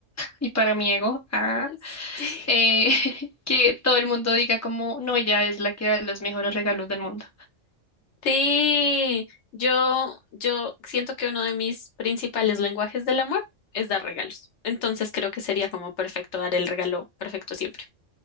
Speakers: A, on the left; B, on the left.
A: y para mi ego ah,
B: <laughs>
A: eh, <laughs> que todo el mundo diga como, no, ella es la que da los mejores regalos del mundo.
B: Sí, yo, yo siento que uno de mis principales lenguajes del amor es dar regalos. Entonces creo que sería como perfecto dar el regalo perfecto siempre.